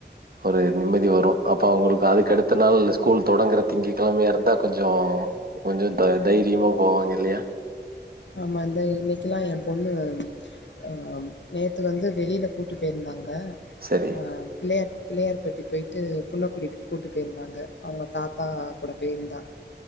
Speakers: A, on the right; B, on the left.
A: ஒரு நிம்மதி வரு அப்ப அவங்களுக்கு அதுக்கு அடுத்த நாள் ஸ்கூல் தொடங்குற திங்க கெழமயா இருந்தா கொஞ்சோ கொஞ்சோ த தைரியமா போவாங்க இல்லையா
B: ஆமா இந்த இன்னைக்கெலா எ பொண்ணு அ நேத்து வந்து வெளில கூட்டு போயிருந்தாங்க
A: சரி.
B: அ ஆ பிள்ளயார் பிள்ளயார்பட்டி போயிட்டு குன்னக்குடி கூட்டு போயிருந்தாங்க அவுங்க தாத்தா கூட போயிருந்தா